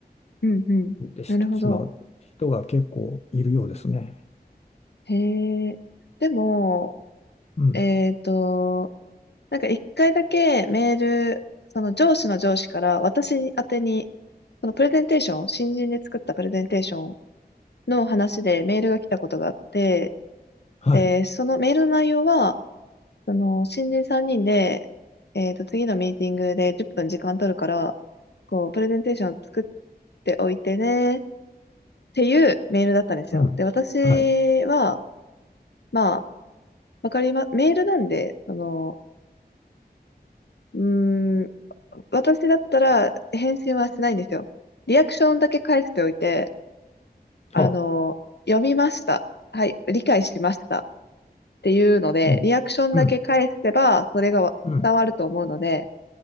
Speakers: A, on the left; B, on the left.
A: うん、うん。
B: 言ってしまう人が結構いるようですね。
A: なるほど。へえ。でも、
B: うん。
A: えっと、なんか一回だけメール、その上司の上司から私宛てに、そのプレゼンテーション、新人で作ったプレゼンテーションの話でメールが来たことがあって、
B: はい。
A: で、そのメールの内容は、その、新人3人で、えっと、次のミーティングで10分時間取るから、こう、プレゼンテーションを作っておいてね、っていうメールだったんですよ。
B: うん。
A: で、私は、
B: はい。
A: まあ、わかりま、メールなんで、その、うーん、私だったら返信はしないんですよ。リアクションだけ返しておいて、あの、
B: ほ
A: 読みました。はい、理解しました。っていうので、
B: う。うん。
A: リアクションだけ返せば、
B: うん。
A: それが伝わると思うので、
B: うん。